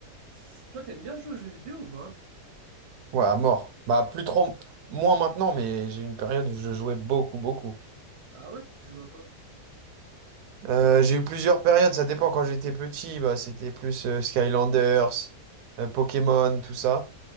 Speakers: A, on the right; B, on the right.
A: C'est- Toi, t'aimes bien jouer aux jeux vidéo ou pas?
B: Ouais, à mort. Bah, plus trop, moins maintenant, mais j'ai eu une période où je jouais beaucoup, beaucoup.
A: Ah ouais, tu joues à quoi?
B: Euh, j'ai eu plusieurs périodes, ça dépend. Quand j'étais petit, bah, c'était plus euh, Skylanders, euh, Pokémon, tout ça.